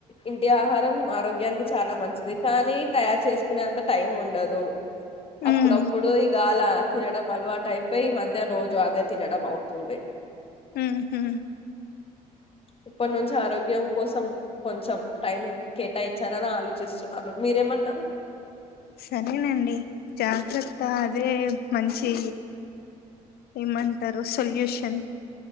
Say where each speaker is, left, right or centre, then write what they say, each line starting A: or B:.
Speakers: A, on the left; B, on the left.
A: ఇంటి ఆహారం ఆరోగ్యానికి చాలా మంచిది కానీ తయారు చేసుకునేంత టైం ఉండదు అప్పుడప్పుడు
B: ఉమ్
A: ఇగ అలా తినడం అలవాటు అయిపోయి. ఈ మధ్య రోజు అదే తినడం అవుతుంది.
B: హ్ హు
A: ఇప్పటి నుంచి ఆరోగ్యం కోసం కొంచెం టైం కేటాయించాలని ఆలోచిస్తున్నాను. మీరేమంటారు
B: సరేనండి జాగ్రత్త అదే మంచి ఏమంటారు. సొల్యూషన్